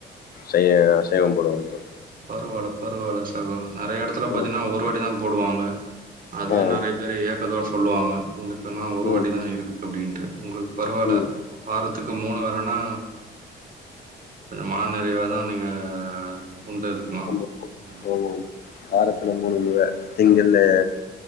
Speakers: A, on the left; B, on the right.
A: செய் சைவம் போடுவாங்க ப்ரோ.
B: பரவால்ல பரவால்ல சகோ நறைய எடத்துல பாத்தீங்ன்னா
A: ம்.
B: ஒரு வாட்டிதா போடுவாங்க அதுலய
A: ஆ.
B: நறைய பேரு ஏக்கதோட சொல்லுவாங்க உங்களுக்குனா ஒரு
A: ம்,
B: வாட்டிதான் இருக்கு அப்டின்ட்டு உங்களுக்கு பரவால்ல
A: ம்.
B: வாரத் த்துக்கு மூணு வாரன்னா கொஞ்ச மன நிறைவா தா நீங்க உண்டு இருக்னு
A: ஆமா,
B: ம்
A: ஆமாமா. வாரத்துல மூணு முற திங்களு